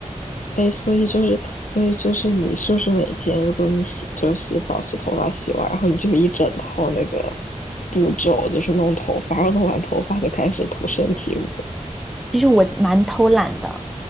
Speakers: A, on the left; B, in the centre.
A: 哎，所以就是，所以就是，你是不是每天，如果你洗，就是洗澡、洗头发、洗完，然后你就一整套那个步骤，就是弄头发，然后弄完头发就开始涂身体乳
B: 其实我蛮偷懒的，